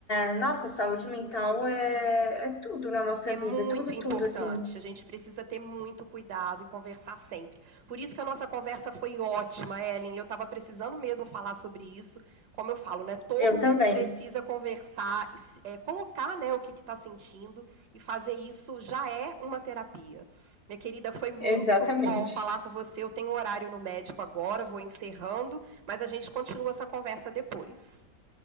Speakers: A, on the left; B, on the right.
A: é, nossa, saúde mental é, é tudo na nossa
B: É
A: vida,
B: muito
A: tudo,
B: importante.
A: tudo, assim.
B: A gente precisa ter muito cuidado e conversar sempre. Por isso que a nossa conversa foi ótima, Ellen. Eu estava precisando mesmo falar sobre isso. Como eu falo, né? Todo
A: Eu também.
B: mundo precisa conversar, é, colocar né, o que está sentindo e fazer isso já é uma terapia. Minha querida, foi muito
A: Exatamente.
B: bom falar com você. Eu tenho horário no médico agora, vou encerrando, mas a gente continua essa conversa depois.